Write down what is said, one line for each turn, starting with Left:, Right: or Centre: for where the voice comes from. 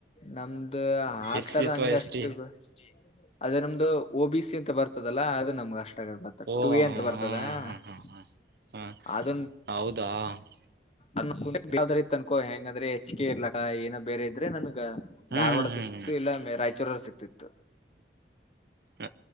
Left: ನಮ್ದು ಆತರ
Right: ಎಸ್ ಸಿ ಅಥವಾ
Left: ಹಂಗಷ್ಟು
Right: ಎಸ್ ಟಿ
Left: <unintelligible> ಅದೇ ನಮ್ದು ಓ ಬಿ ಸಿ ಅಂತ ಬರ್ತದಲ್ಲಾ ಅದು ನಮ್ಗ್ ಅಷ್ಟ ಆಗ
Right: ಓ
Left: ಟು ಎ
Right: ಹ
Left: ಅಂತ ಬರ್ತದ.
Right: ಹ ಹ
Left: <unintelligible>
Right: ಹ ಹ. <unintelligible>
Left: ಆದು. <unintelligible>
Right: ಹೌದಾ? <unintelligible>
Left: ಅನ ಯಾವದರ ಇತ್ತ ಅನ್ಕೋ ಹೆಂಗಂದ್ರೆ ಹೆಚ್ ಕೆ ಇರ್ಲಕ್ಕ ಏನ ಬೇರೆ ಇದರೆ ನನಗ <unintelligible>
Right: ಹ್ಮ್
Left: ಧಾರವಾಡ
Right: ಹ್ಮ್ ಹ್ಮ್
Left: ಸಿಕ್ತಿತ್ತು
Right: ಹ್ಮ್
Left: ಇಲ್ಲ ಮೇ ರಾಯಚೂರಲ್ಲಿ ಸಿಕ್ತಿತ್ತು. <unintelligible>
Right: ಹ